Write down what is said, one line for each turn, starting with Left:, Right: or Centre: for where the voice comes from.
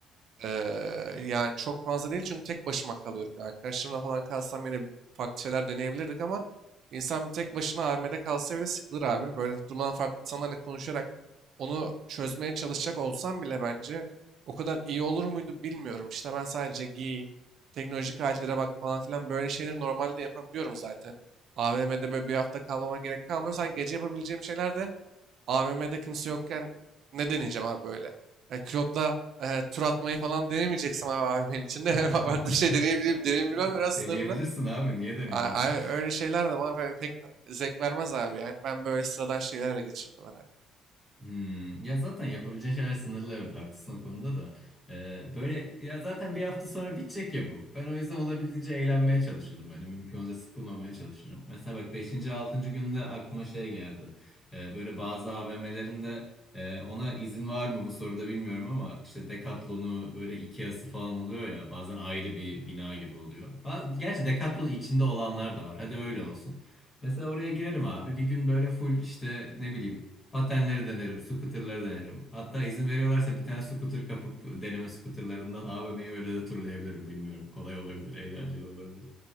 Right: Eee, yani çok fazla değil çünkü tek başıma kalıyorum. Yani arkadaşlarımla falan kalsam yine farklı şeyler deneyebilirdik ama insan bir tek başına AVM'de kalsa bile sıkılır abi. Böyle durmadan farklı insanlarla konuşarak onu çözmeye çalışacak olsam bile bence o kadar iyi olur muydu bilmiyorum. İşte ben sadece giy, teknolojik aletlere bak falan filan böyle şeyleri normalde yapabiliyorum zaten. AVM'de böyle bir hafta kalmama gerek kalmıyor. Sanki gece yapabileceğim şeyler de AVM'de kimse yokken ne deneyeceğim abi böyle? Yani külotla e, tur atmayı falan denemeyeceksin abi AVM'nin içinde. <laughs> Farklı
Left: <laughs>
Right: bir şey deneyebilirim. Deneyebilirim biraz sınırlı.
Left: Deneyebilirsin abi. Niye deneyebilirsin?
Right: A- a- öyle şeyler de bana böyle pek zevk vermez abi yani. Ben böyle sıradan şeylerle geçirdim herhalde.
Left: Hmm, ya zaten yapabileceğin şeyler sınırlı evet haklısın o konuda da. Ee, böyle ya zaten bir hafta sonra bitecek ya bu. Ben o yüzden olabildiğince eğlenmeye çalışırdım. Hani mümkün olunca sıkılmamaya çalışırım. Mesela bak beşinci 6. günde aklıma şey geldi. Ee, böyle bazı AVM'lerin de e, ona izin var mı bu soruda bilmiyorum ama işte Decathlon'u böyle Ikea'sı falan oluyor ya bazen ayrı bir bina gibi oluyor. Ba- Gerçi Decathlon'un içinde olanlar da var. Hadi öyle olsun. Mesela oraya girerim abi. Bir gün böyle full işte ne bileyim Patenleri denerim, scooter'ları denerim. Hatta izin veriyorlarsa bir tane scooter kapıp deneme scooter'larından AVM'yi öyle de turlayabilirim bilmiyorum. Kolay olabilir, eğlenceli olabilir.